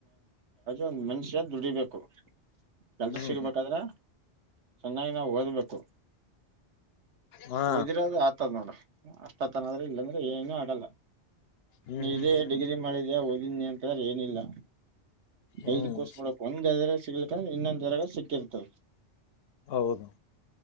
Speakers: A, on the right; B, on the left.
A: ಒಂದ ಮನುಷ್ಯ ದುಡಿಬೇಕು ಕೆಲ್ಸ
B: ಹ್ಮ್
A: ಸಿಗ್ಬೇಕಾದ್ರ ಚೆನ್ನಾಗಿ ನಾವವು ಓದ್ಬೇಕು
B: ಹಾ
A: ಓದಿರದು ಆತದ ನೋಡ್ರ ಅತ ತನ್ರ ಇಲ್ಲ ಅಂದ್ರೆ ಏನು ಆಗಲ್ಲ
B: ಹ್ಮ್
A: ನೀ
B: ಹ್ಮ್
A: ಇದೇ
B: ಹ್ಮ್
A: ಡಿಗ್ರಿ ಮಾಡಿದ ಓದಿದಿ ಅಂತಂದ್ರೆ ಏನಿಲ್ಲ ಸೈಡ್
B: ಹ್ಮ್
A: ಕೋರ್ಸ್ ಮಾಡಕ್ ಒಂದ್ರೆ ಸಿಗ್ಲಿಕ್ಕೆಂದ್ರೆ ಇನ್ನೊಂದ್ ತರಗಳು ಸಿಕ್ಕಿರ್ತಾವ
B: ಹೌದು